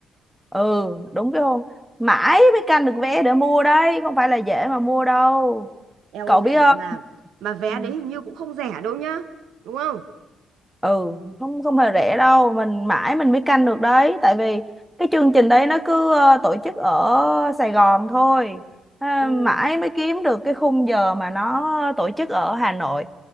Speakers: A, in the centre; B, on the right.
A: ừ đúng cái không mãi mới canh được vé để mua đấy không phải là dễ mà mua đâu
B: Eo
A: cậu
B: ơi này
A: biết không
B: mà mà vé
A: Ừ.
B: đấy hình như cũng không rẻ đâu nhá. Đúng không?
A: ừ không không hề rẻ đâu mình mãi mình mới canh được đấy tại vì cái chương trình đấy nó cứ ờ, tổ chức ở Sài Gòn thôi À,
B: Ừ.
A: mãi mới kiếm được cái khung giờ mà nó tổ chức ở Hà Nội